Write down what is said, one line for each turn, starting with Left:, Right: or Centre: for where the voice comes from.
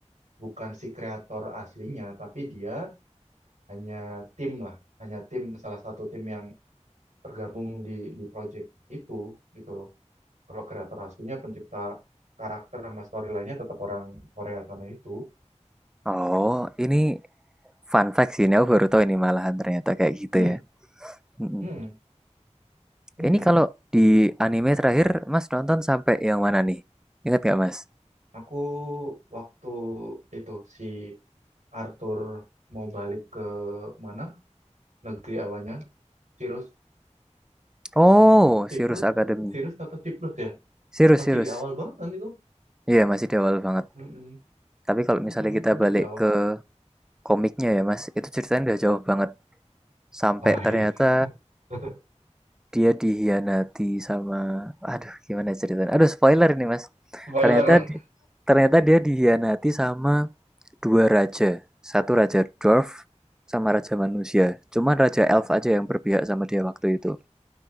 Right: bukan si kreator aslinya, tapi dia hanya tim lah, hanya tim salah satu tim yang tergabung di di project itu gitu loh. Kalau kreator aslinya pencipta karakter sama story lainnya tetap orang Korea sana itu.
Centre: Oh, ini fun fact sih, ini aku baru tahu ini malahan ternyata kayak gitu
Right: Hmm,
Centre: ya. Mm-mm.
Right: hmm, hmm.
Centre: Ini kalau di anime terakhir, Mas nonton sampai yang mana nih? Ingat nggak, Mas?
Right: Aku waktu itu si Arthur mau balik ke mana? Negeri awalnya, Sirus,
Centre: Oh, Sirius
Right: Siprus,
Centre: Academy.
Right: Sirus atau Siprus ya?
Centre: Sirius,
Right: Masih
Centre: Sirius.
Right: di awal banget kan itu?
Centre: Iya, masih di awal banget.
Right: Hmm, hmm,
Centre: Tapi kalau misalnya
Right: hmm,
Centre: kita
Right: masih
Centre: balik
Right: di awal.
Centre: ke komiknya ya, Mas, itu ceritanya udah jauh banget. Sampai
Right: Ah,
Centre: ternyata
Right: iya. <laughs>
Centre: dia dihianati sama... Aduh, gimana ceritanya? Aduh, spoiler ini, Mas.
Right: Spoiler.
Centre: Ternyata di- ternyata dia dihianati sama dua raja, satu raja dwarf sama raja manusia. Cuman raja elf aja yang berpihak sama dia waktu itu.